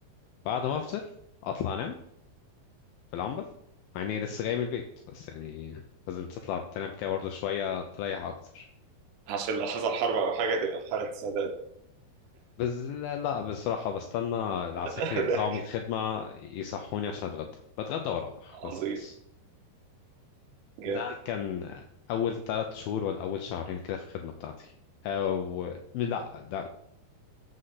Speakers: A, on the left; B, on the right.
A: بعد ما افطر اطلع انام في العنبر مع اني لسه جاي من البيت بس يعني لازم تطلع تنام كده برضه شوية تريح أكتر
B: عشان لو حصل حرب او حاجه تبقى في حاله سداد
A: بس لا, لا بصراحة بستنى العساكر
B: <laughs>
A: يطلعوا
B: ده
A: من الخدمة يصحوني عشان أتغدى بتغدى وأروح
B: عظيم
A: بس خلاص
B: جامد
A: ده كان أول تلات شهور ولا أول شهرين كده في الخدمة بتاعتي أو لا ده